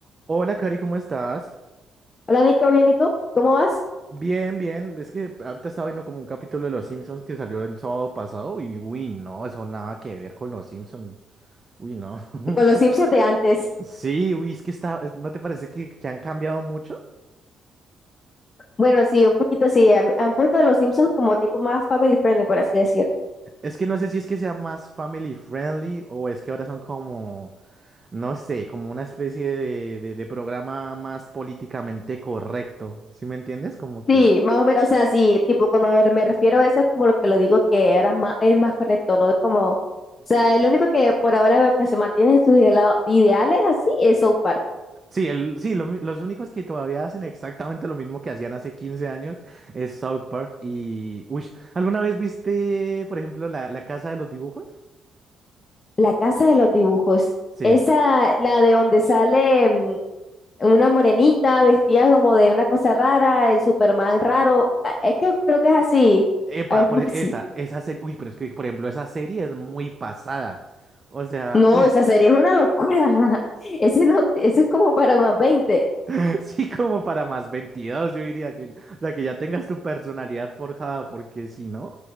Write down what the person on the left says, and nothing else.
Hola Nico, bien, ¿y tú? ¿Cómo vas?
Con los Simpsons de antes.
Bueno, sí, un poquito sí. Han, han puesto a los Simpsons como tipo más family friendly, por así decir.
Sí, más o menos, o sea, sí, tipo cuando me me refiero a eso es como lo que lo digo que era más, es más correcto, ¿no? Como, o sea, lo único que por ahora veo que se mantiene en sus idealo- ideales así es South Park.
La casa de los dibujos.
Esa, la de donde sale mm, una morenita vestida como de una cosa rara, el Superman raro. Ah, Es que creo que es así.
A ver,
¿cómo
es que
sí?
No,
esa serie es una locura. <laughs> Ese no, ese es como para más 20.